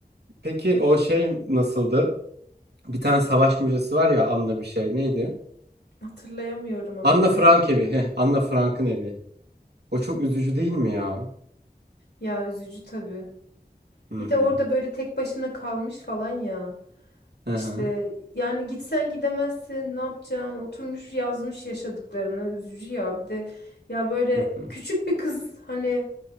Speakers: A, on the right; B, on the left.
A: Peki o şey nasıldı? Bir tane savaş müzesi var ya Anna bir şey neydi?
B: Hatırlayamıyorum adını.
A: Anna Frank evi. Heh, Anna Frank'ın evi. O çok üzücü değil mi ya?
B: Ya üzücü tabii.
A: Hı
B: Bir
A: hı.
B: de orada böyle tek başına kalmış falan ya.
A: Hı
B: İşte
A: hı.
B: yani gitsen gidemezsin, ne yapacaksın? Oturmuş yazmış yaşadıklarını. Üzücü ya. Bir de ya böyle
A: Hı hı,
B: küçük bir kız hani